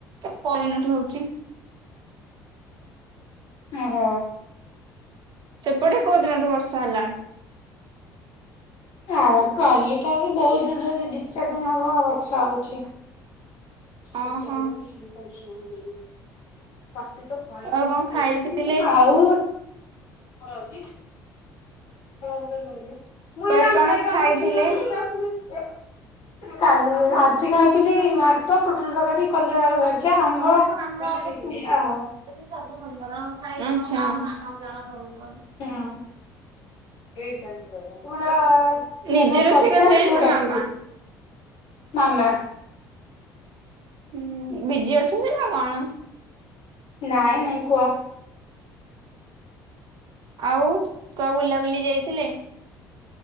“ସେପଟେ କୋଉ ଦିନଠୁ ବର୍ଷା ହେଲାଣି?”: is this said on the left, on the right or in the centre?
Right